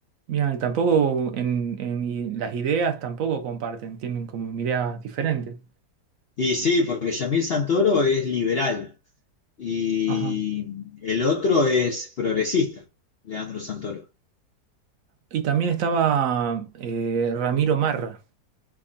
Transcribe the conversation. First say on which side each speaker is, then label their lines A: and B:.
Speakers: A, on the right; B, on the left.
A: Mira, y tampoco en, en i- las ideas tampoco comparten, tienen como miradas diferentes.
B: Y sí, porque Yamil Santoro es liberal y
A: Ajá.
B: el otro es progresista, Leandro Santoro.
A: Y también estaba eh, Ramiro Marra,